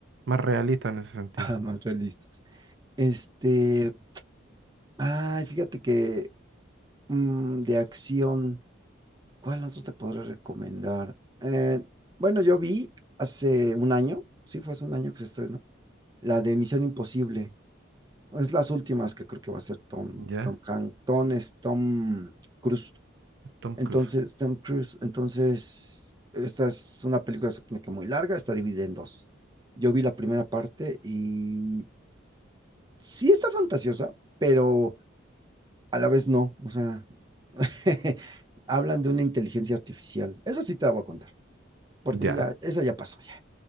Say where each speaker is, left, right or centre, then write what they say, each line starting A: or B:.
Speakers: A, on the right; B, on the right.
A: más realista en ese
B: <laughs>
A: sentido.
B: ah, más realistas. Este, ay, fíjate que mm, de acción. ¿Cuál otro te podré recomendar? Eh, bueno, yo vi hace un año, sí fue hace un año que se estrenó, la de Misión Imposible. Es las últimas que creo que va a ser Tom,
A: ¿Ya?
B: Tom Hanks, Tom es Tom Cruise.
A: Tom
B: Entonces,
A: Cruise.
B: Tom Cruise, entonces, esta es una película se supone que muy larga, está dividida en dos. Yo vi la primera parte y sí está fantasiosa, pero a la vez no. O sea, <laughs> hablan de una inteligencia artificial. Eso sí te la voy a contar porque
A: ¿Ya?
B: pues, ya, eso ya pasó ya.